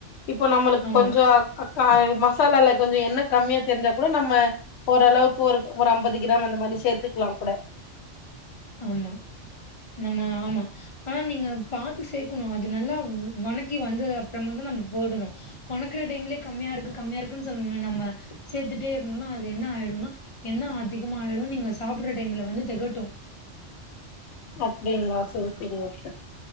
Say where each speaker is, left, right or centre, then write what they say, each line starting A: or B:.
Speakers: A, on the left; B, on the left.
A: இப்போ நம்மளுக்
B: ஆமா
A: கொஞ்சோ அக்கா மசாலால கொஞ்சோ எண்ண கம்மியா தெரிஞ்சா கூட நம்ம ஓரளவுக்கு ஒரு ஒரு அம்பது கிராம் அந்த மாரி சேத்துக்கலாகூட
B: ஆமா நம்ம ஆமா ஆனா நீங்க பாத்து சேக்கணு அது நல்லா வணக்கி வந்தது அப்புறமாதா நம்ம போடணு வணக்கற டைம்லயே கம்மியா இருக்கு கம்மியா இருக்குன் சொல்ல நம்ம சேத்துட்டே இருந்தோனா அது என்ன ஆய்டுனா எண்ண அதிகமாய்ரும் நீங்க சாப்பட்ற டைம்ல வந்து தெகட்டு
A: அப்டிங்ளா செரி செரி ஓகே